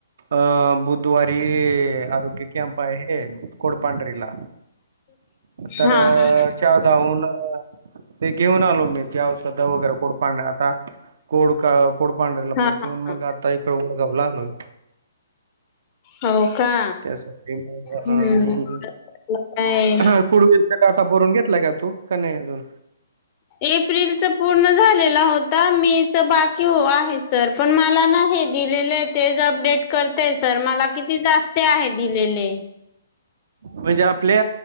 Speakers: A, on the right; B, on the left.
A: अ बुधवारी आरोग्य कॅम्प आहे. हे कोडपांढरीला तर
B: हा हा
A: च्या धावून ते घेऊन आलो मी. त्या औषधा वगैरे कोड पाडणे आता कोड कोडपांढरेला
B: हा
A: पोहचून
B: हा हा.
A: मग आता इकड ओळगावला आलोय.
B: हो का
A: त्यासाठी
B: हम्म
A: आणि
B: काय
A: हा कुडवीलचा डाटा भरून घेतला का तू का नाही अजून?
B: एप्रिल च पूर्ण झालेला होता. मे च बाकी आहे सर. पण मला नाही नाही हे दिलेले तेच अपडेट करतेय सर. मला किती जास्त आहे दिलेले.
A: म्हणजे आपले